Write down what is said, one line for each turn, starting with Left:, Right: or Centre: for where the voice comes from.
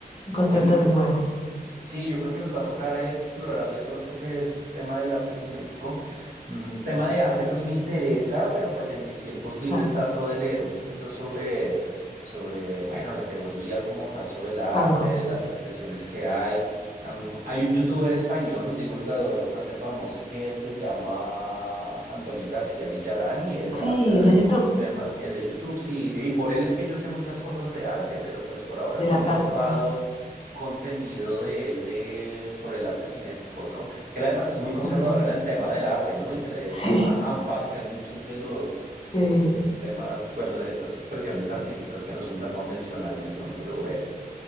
Left: Un
Right: Bueno,
Left: concepto
Right: yo
Left: de nuevo.
Right: Sí, yo creo que nos va a tocar eh, explorar de pronto qué es este tema del arte cinético. Mm, tema de arte, pues me interesa, pero pues en mis tiempos libres
Left: Claro.
Right: trato de leer un poquito sobre, sobre, bueno, la teoría como tal, sobre el arte,
Left: Tango.
Right: las expresiones que hay. Am, hay un youtuber español, un divulgador bastante famoso que se llama Antonio García Villarán y él
Left: Sí,
Right: habla de
Left: el de
Right: muchos
Left: YouTube.
Right: temas, el de YouTube, sí, y por él es que yo sé muchas cosas de arte, pero pues por ahora
Left: De
Right: no
Left: Lamparte
Right: me he topado
Left: también.
Right: contenido de él de, sobre el arte cinético, ¿no? Que él además es muy conservador
Left: También.
Right: en el tema del arte, ¿no? Y que le
Left: <laughs>
Right: llama
Left: Sí,
Right: amparte a muchos de los,
Left: sí.
Right: los temas, bueno, de estas expresiones artísticas que no son tan convencionales, ¿no? Pero bueno.